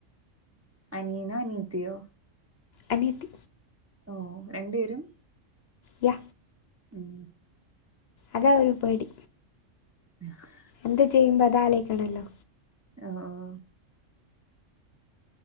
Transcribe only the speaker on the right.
അനിയനോ അനിയത്തിയോ
ഓഹ് രണ്ട് പേരും
ഉം
ഹ്
ആ ആഹ്